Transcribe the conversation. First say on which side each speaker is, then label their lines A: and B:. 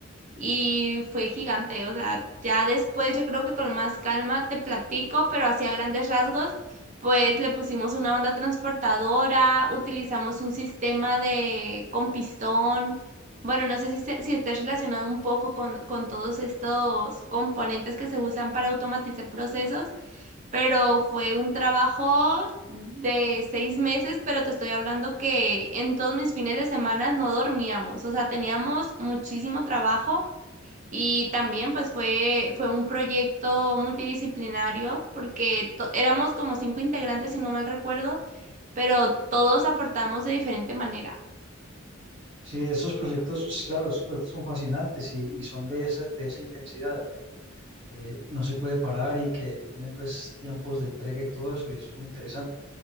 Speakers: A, on the right; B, on the right.
A: y fue gigante. O sea, ya después yo creo que con más calma te platico, pero así a grandes rasgos, pues le pusimos una banda transportadora, utilizamos un sistema de con pistón. Bueno, no sé si, se- si esté relacionado un poco con, con todos estos componentes que se usan para automatizar procesos, pero fue un trabajo de seis meses, pero te estoy hablando que en todos mis fines de semana no dormíamos, o sea, teníamos muchísimo trabajo y también pues fue, fue un proyecto multidisciplinario porque to- éramos como cinco integrantes, si no mal recuerdo, pero todos aportamos de diferente manera.
B: Sí, esos proyectos, claro, esos proyectos son fascinantes y, y son de esa, de esa intensidad. que no se puede parar y que tienen pues tiempos de entrega y todo eso, y eso es muy interesante.